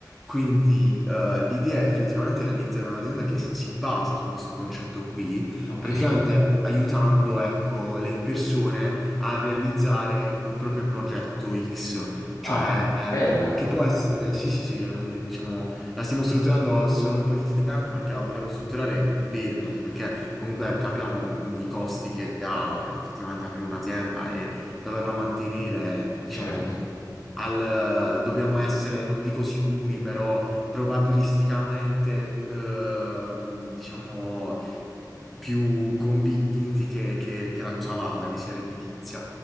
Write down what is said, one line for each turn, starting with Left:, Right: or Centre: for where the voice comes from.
Centre: Quindi eh, l'idea è effettivamente realizzare un'azienda che si basa su questo concetto qui,
Left: ok.
Centre: praticamente aiutando, ecco, le persone a realizzare un proprio progetto X, cioè
Left: Ah,
Centre: ehm,
Left: bella,
Centre: che può essere, sì, sì, sì, un- diciamo, la stiamo strutturando solo un po' di tempo perché la vogliamo strutturare bene, anche perché comunque capiamo mh, i costi che ha eh, effettivamente aprire un'azienda e doverla mantenere, diciamo,
Left: certo.
Centre: al, dobbiamo essere, non dico sicuri, però probabilisticamente, ehm, diciamo, più convinti che, che- che la cosa vada, che sia redditizia.